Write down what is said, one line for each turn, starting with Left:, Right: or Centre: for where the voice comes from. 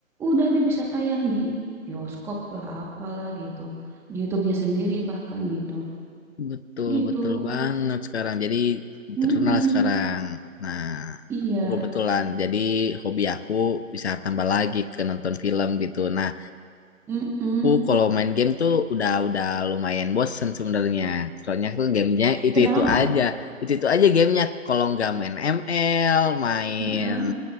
Centre: udah deh bisa tayang di bioskop lah apalah gitu, di YouTube-nya sendiri bahkan gitu,
Left: Betul,
Centre: gitu.
Left: betul banget sekarang. Jadi
Centre: Mm-mm.
Left: terkenal sekarang. Nah,
Centre: Iya,
Left: aku kebetulan. Jadi hobi aku bisa tambah lagi ke nonton film gitu. Nah,
Centre: mm
Left: Aku kalau main game tuh udah udah lumayan bosen sebenarnya. Soalnya tuh gamenya itu-itu
Centre: Kenapa?
Left: aja. Itu-itu aja gamenya. Kalau nggak main ML, main
Centre: Heeh,